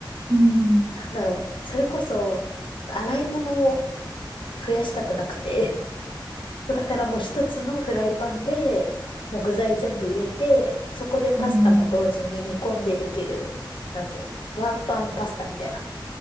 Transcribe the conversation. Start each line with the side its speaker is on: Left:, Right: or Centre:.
Right: うん。
Left: なんだろう。それこそ、洗い物を増やしたくなくて。<laughs> そう、だからもう一つのフライパンで、もう具材全部入れて、そこでパスタも同時に煮込んでできる、
Right: うん。う
Left: なんていうの、ワンパンパスタみたいな